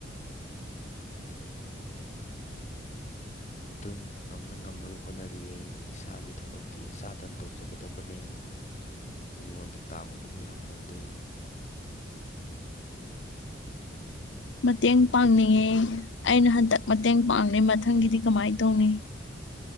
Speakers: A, on the left; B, on the left.
A: ꯑꯗꯨꯝ ꯉꯝꯅ ꯉꯝꯅꯕ ꯍꯣꯠꯅꯔꯤꯑꯦ ꯏꯁꯥꯒꯤ ꯊꯕꯛꯇꯤ ꯏꯁꯥꯇꯅ ꯇꯧꯖꯒꯗꯕꯅꯦ
B: <inaudible>
A: ꯃꯤꯉꯣꯟꯗ ꯇꯥꯡꯉꯨꯕ ꯀꯌꯥ ꯄꯣꯟꯇꯦ
B: ꯃꯇꯦꯡ
A: ꯍꯧꯖꯤꯛ ꯃꯇꯝꯁꯤꯗꯤ
B: ꯄꯥꯡꯅꯤꯡꯉꯦ ꯑꯩꯅ ꯍꯟꯗꯛ ꯃꯇꯦꯡ ꯄꯥꯡꯂꯤ ꯃꯊꯪꯒꯤꯗꯤ ꯀꯃꯥꯏ ꯇꯧꯅꯤ꯫